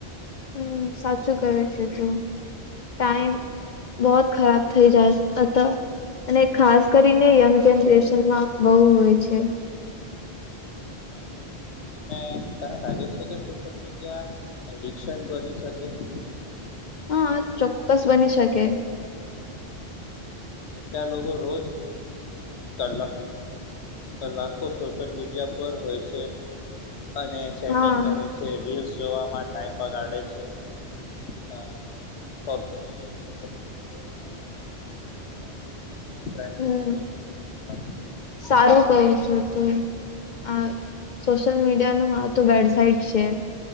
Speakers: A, on the left; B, on the left.
A: હમ સાચું કું છે તું ટાઈમ બહત ખરાબ થઈ જાય અને ખાસ કરીને યંગ જનરેશનમાં બહુ હોય છે
B: હા અને તને લાગે છે કે સોશિયલ મીડિયા એડિકશન બની શકે <inaudible>
A: હા ચોક્કસ બની શકે
B: કેટલા લોકો રોજ ઘણા કલાકો સોશિયલ મીડિયા પર હોય છે. અને સેટિંગ
A: હા
B: કરે છે રીલ્સ જોવામાં ટાઈમ બગાડે છે અને અ પબજીને જોઈને અને ગેમ ખેલતા ફ્રેન્ડ
A: હમ
B: સુધી ગેમ રમતા હોય
A: સારું કવ છું તું આ સોશિયલ મીડિયા નું આ તો બેડસાઇટ છે